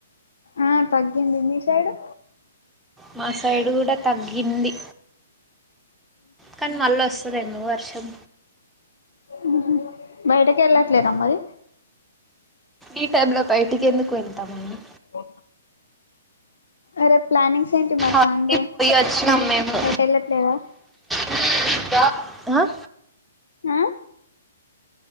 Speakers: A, on the left; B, in the centre.
A: ఆ తగ్గింది మీ సైడు
B: మా సైడు కూడా తగ్గింది కానీ మళ్ళ వస్తుందేమో వర్షం
A: ఉమ్ హు బయటకి వెళ్ళట్లేరా మరి
B: ఈ టైమ్ లో బయటికి ఎందుకు వెళ్తామండి
A: ఓ ఆ రేప్ ప్లానింగ్స్ ఏంటి మరి
B: ఆల్రెడీ
A: సండే
B: పోయి వచ్చినాం మేము
A: ఎటు యేళ్లట్లేదా
B: <unintelligible> ఆ
A: ఆ